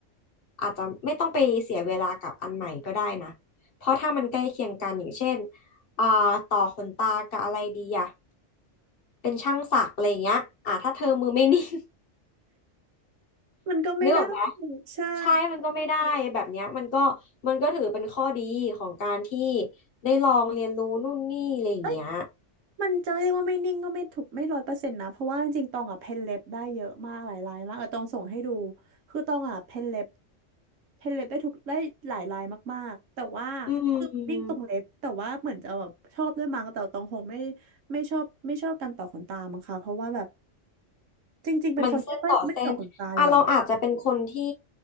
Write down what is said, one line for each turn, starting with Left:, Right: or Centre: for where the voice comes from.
Left: อาจจะไม่ต้องไปเสียเวลากับอันใหม่ก็ได้นะเพราะถ้ามันใกล้เคียงกันอย่างเช่น อ่าต่อขนตากับอะไรดีอ่ะเป็นช่างสักอะไรอย่างเงี้ยอ่าถ้าเธอมือไม่นิ่ง <laughs>
Right: มันก็ไม่ได้
Left: นึกออกไหม
Right: ใช่
Left: ใช่มันก็ไม่ได้แบบเนี้ยมันก็มันก็ถือเป็นข้อดีของการที่ได้ลองเรียนรู้นู่นนี่อะไรอย่างเงี้ย
Right: เอ้ยมันจะเรียกว่าไม่นิ่งก็ไม่ถูกไม่ร้อยเปอร์เซ็นต์นะเพราะว่าจริงๆตองอ่ะเพ้นเล็บได้เยอะมากหลายลายมากเออตองส่งให้ดูคือตองอ่ะเพ้นเล็บเพ้นเล็บได้ทุกได้หลายลายมากๆแต่ว่า
Left: อื
Right: คือมันนิ่งตรงเล็บแต่ว่าเหมือนจะแบบชอบด้วยมั้งแต่ตองคงไม่
Left: ม
Right: ไม่ชอบไม่ชอบการต่อขนตามั้งค่ะ เพราะว่าแบบจริงๆเป็นคนไม่ค่อยไม่ต่อขนตาอยู่แล้ว
Left: มันเส้นต่อเส้นอ่ะเราอาจจะเป็นคนที่